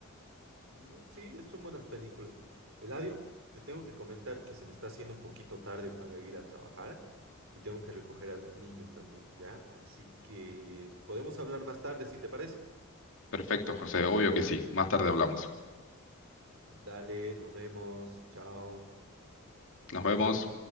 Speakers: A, on the right; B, on the left.
A: Mm, sí, son buenas películas. Eladio, te tengo que comentar que se me está haciendo un poquito tarde para ir a trabajar y tengo que recoger a los niños también, ¿ya? Así que podemos hablar más tarde si te parece.
B: Perfecto, José, obvio que sí. Más tarde hablamos.
A: Dale, nos vemos, chao.
B: Nos vemos.